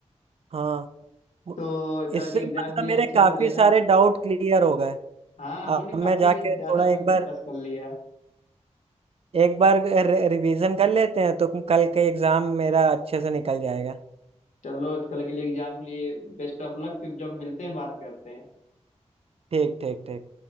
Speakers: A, on the right (about 55°); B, on the left (about 85°).
A: हाँ मु-
B: तो कल
A: इससे
B: के एग्जाम
A: मतलब
B: के लिए
A: मेरे
B: अच्छे
A: काफी
B: से देना
A: सारे डाउट क्लियर हो गए
B: हाँ हम
A: अब
B: लोग ने काफी
A: मैं जाके
B: ज्यादा
A: थोड़ा
B: कुछ
A: एक
B: डिस्कस
A: बार
B: कर लिया
A: एक बार रिवीजन कर लेते हैं तो कल के एग्जाम मेरा अच्छे से निकल जाएगा
B: चलो कल के लिए एग्जाम के लिए बेस्ट ऑफ लक फिर जब मिलते हैं बात करते हैं
A: ठीक ठीक ठीक